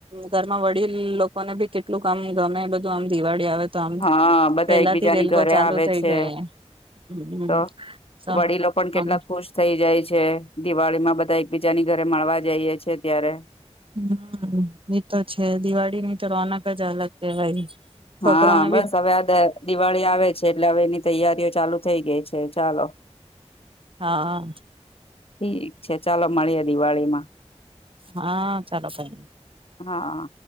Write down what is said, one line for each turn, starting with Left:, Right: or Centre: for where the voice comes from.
Right: ઘરમાં વડીલ લો કોને બી કેટલુંક આમ ગમે બધું આમ દિવાળી આવે તો આમ
Left: હા બધા
Right: પેલાથી
Left: એકબીજાની
Right: જ એ લોકો
Left: ઘરે
Right: ચાલુ
Left: આવે
Right: થઈ
Left: છે
Right: જાય હમ
Left: તો
Right: તો
Left: વડીલો પણ
Right: આમ
Left: કેટલા ખુશ થઈ જાય છે. દિવાળી માં બધા એકબીજાની ઘરે મળવા જઈએ છેએ ત્યારે.
Right: હમ્મ એ તો છે દિવાળી ની તો રોનક જ અલગ કેવાય છોકરાને
Left: હા બસ હવે આ દિવાળી આવે છે એટલે હવે એની તૈયારીઓ ચાલુ થઈ ગઈ છે ચાલો.
Right: હા
Left: ઠીક છે ચાલો મળીએે દિવાળીમાં.
Right: હા ચાલો બાય.
Left: હા.